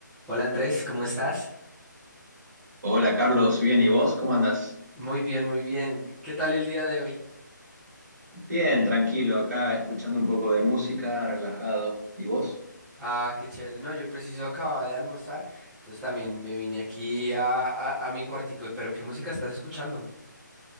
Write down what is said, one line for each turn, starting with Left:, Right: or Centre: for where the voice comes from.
Centre: Hola Andrés, ¿cómo estás?
Right: Hola Carlos, bien, ¿y vos? ¿Cómo andás?
Centre: Muy bien, muy bien. ¿Qué tal el día de hoy?
Right: Bien, tranquilo, acá escuchando un poco de música, relajado. ¿Y vos?
Centre: Ah, qué chévere. No, yo preciso acababa de almorzar, entonces también me vine aquí a, a, a mi cuartico. Pero ¿qué música estás escuchando?